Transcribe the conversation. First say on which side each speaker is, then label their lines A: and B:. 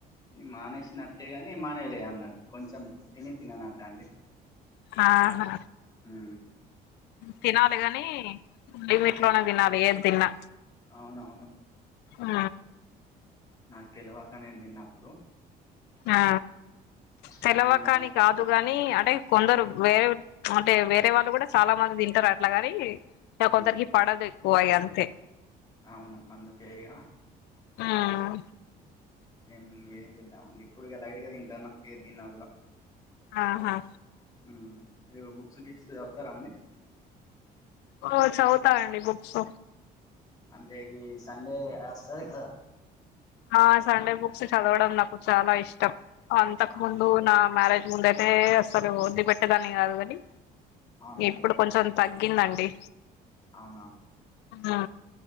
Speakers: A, on the left; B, on the left.
A: మానేసినట్టేగాని మానేయాలే అన్నట్టు కొంచెం తిని తిననట్టు అండి
B: ఆహా
A: అ
B: తినాలి కాని లీవుపేట్లోనే
A: అవును
B: తినాలి ఏది తిన్నా
A: అవునవును
B: ఆ
A: నాకు తెలువాక నేను తిన్నప్పుడు
B: ఆ తెలవకా
A: ఇప్పుడు ఇక నాకు
B: అని కాదు కాగాని కానీ అంటే కొందరు వేరే అంటే వేరే వాళ్ళు కూడా చాలా మంది తింటారు అట్లాగాని కొందరికి
A: ఉమ్
B: పడదు ఎక్కవ అయి అంతే
A: అవును అందుకే ఇగ
B: ఉమ్
A: ఏం ఏం చేద్దామండి ఇప్పుడు ఇగ లైట్గా తింటున్న ఏది తిన్నా కూడా
B: ఆహా
A: ఉమ్ మీరు బుక్స్ గీక్స్ చదువుతారా అండి
B: ఆ చదువుతా అండి బుక్స్
A: అంటే గీ సండే వస్తది కదా
B: ఆ సండే బుక్స్ చదవడం నాకు చాలా ఇష్టం అంతకు
A: అవునా
B: ముందు నా మ్యారేజ్ ముందు ఏ అసలు వదిలి పెట్టే దాన్ని కాదు కాని
A: అవునా అండి
B: ఇప్పుడు కొంచెం తగ్గిందండి
A: అవునా
B: ఆ